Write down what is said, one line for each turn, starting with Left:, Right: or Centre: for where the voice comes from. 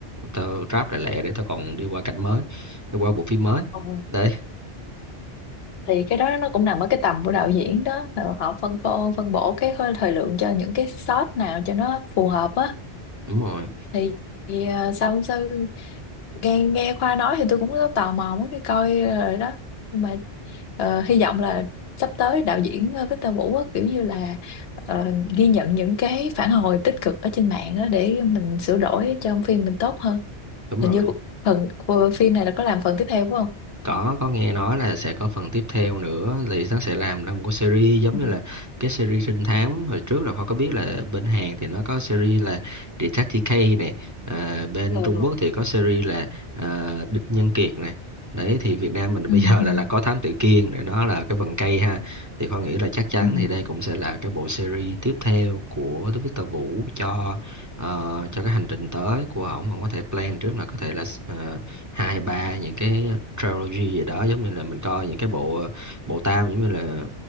Right: tao ráp lại lẹ để tao còn đi qua cảnh mới đi qua bộ phim mới
Left: ồ
Right: đấy
Left: thì cái đó nó cũng nằm ở cái tầm của đạo diễn đó là họ phân phô, phân bổ cái hơi- thời lượng cho những cái shot nào cho nó phù hợp á
Right: đúng rồi
Left: thì, thì ờ, sao không sao nghe nghe Khoa nói thì tôi cũng có tò mò muốn đi coi rồi đó nhưng mà ờ, hy vọng là sắp tới đạo diễn ờ, Victor Vũ á, kiểu như là ờ, ghi nhận những cái phản hồi tích cực ở trên mạng á, để mình sửa đổi cho phim mình tốt hơn
Right: đúng rồi
Left: hình như phần ờ, phim này là có làm phần tiếp theo phải không
Right: có có nghe nói là sẽ có phần tiếp theo nữa thì nó sẽ làm ra một cái series giống
Left: Ừ.
Right: như là cái series trinh thám hồi trước là Khoa có biết là bên Hàn thì nó có series là Detective K này à, bên
Left: Ừ.
Right: Trung Quốc thì có series là à, Địch Nhân Kiệt này đấy thì Việt Nam mình
Left: Ừ.
Right: bây giờ
Left: Ừ.
Right: là là có Thám Tử Kiên này nó là cái vần cây ha thì Khoa nghĩ là chắc chắn
Left: Ừ.
Right: thì đây cũng sẽ là cái bộ series tiếp theo của Victor Vũ cho ờ, cho cái hành trình tới của ổng không có thể plan trước là có thể là ờ, hai ba những cái trilogy gì đó giống như là mình coi những cái bộ bộ tam giống như là